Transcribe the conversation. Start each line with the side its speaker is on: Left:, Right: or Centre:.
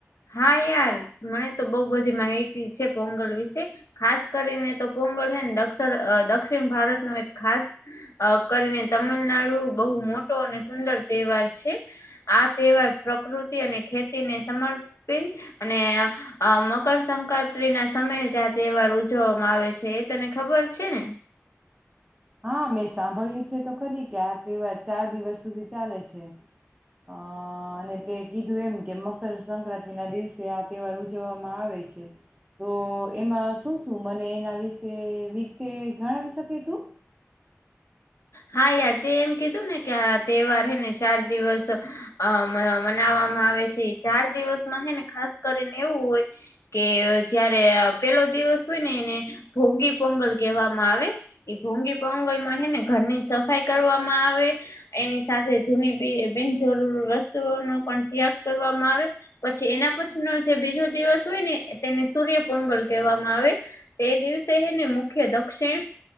Left: હા યાર મને તો બહુ બધી માહિતી છે. પોંગલ વિશે ખાસ કરીને તો પોંગલ દક્ષિણ ભારત નો એક ખાસ કરીને તમિલનાડુ બહુ મોટો અને સુંદર તહેવાર છે. આ તહેવાર પ્રકૃતિ અને ખેતીને સમર્ અને મકરસંક્રાંતિ ના સમયે જ આ તહેવાર ઉજવવામાં આવે છે. તે તનેખબર છે ને?
Right: હા મેં સાંભળ્યું છે તો ખરી કે આ તહેવાર ચાર દિવસ સુધી ચાલે છે. અ અને તે કીધું એમ કે મકરસક્રાંતિ ના દિવસે આ તહેવાર ઉજવવામાં આવે છે. તો એમાં શું શું મને એના વિશે રીતે જણાવી શકી તું?
Left: હા યાર તે એમ કીધું ને કે આ તહેવાર હે ને ચાર દિવસ અ મનાવામાં આવે છે ચાર દિવસમાં હે ને ખાસ કરીને એવું હોય કે જયારે પેલો દિવસ હોય ને એને ભોંગી પોંગલ કહેવામાં આવે એ ભોંગી પોંગલ માં હે ને ઘરની સફાઈ કરવામાં આવે એની સાથે જૂની બિનજરૂરી વસ્તુઓનો પણ ત્યાગ કરવામાં આવે પછી એના પછી ન જે બીજો દિવસ હોય ને તેને સૂર્યપંગલ કહેવામાં આવે તે દિવસે એને મુખ્ય દક્ષિણ